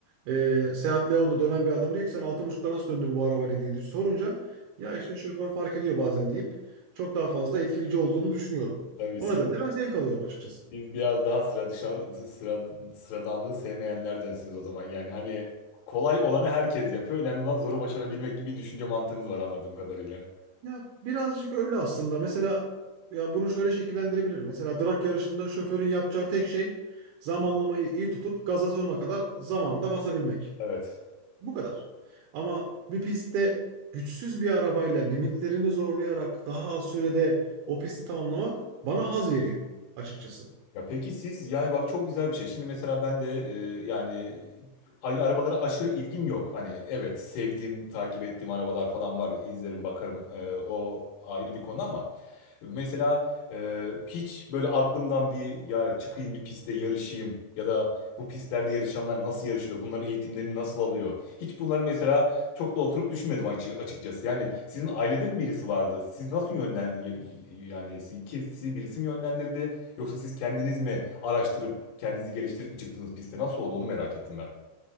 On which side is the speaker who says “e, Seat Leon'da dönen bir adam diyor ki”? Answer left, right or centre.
Right